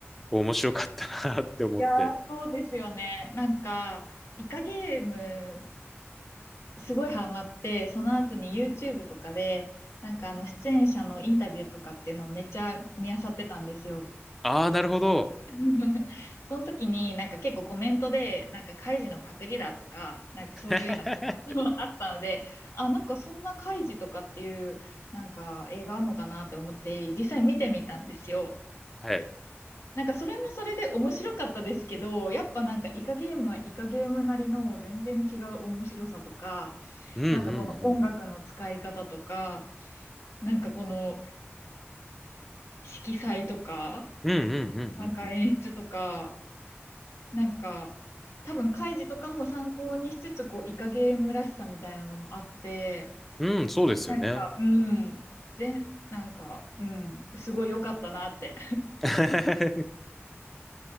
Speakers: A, in the centre; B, on the left (about 80°).
A: 面白かったなって思って。
B: いやー、そうですよね。なんか、イカゲーム、すごいハマって、その後に YouTube とかで、なんかあの、出演者のインタビューとかっていうのをめっちゃ見漁ってたんですよ。
A: あー、なるほど。
B: <laughs> その時になんか結構コメントでなんかカイジのパクリだとかなんかそういうようなコメントもあったのであなんかそんなカイジとかっていうなんか映画あるのかなって思って実際見てみたんですよ。
A: <laughs> はい。
B: なんかそれもそれで面白かったですけどやっぱなんかイカゲームはイカゲームなりの全然違う面白さとか
A: うんうん
B: なんかこの音楽の使い方とか
A: うん。
B: なんかこの色彩とか
A: うんうんうんう
B: なんか演出とかなんか、多分、カイジとかも参考にしつつ、こう、イカゲームらしさみたいなのもあって、
A: んうん。うん、そうですよね。
B: なんか、うん、全、なんか、うん、すごい良かったなって。
A: <laughs>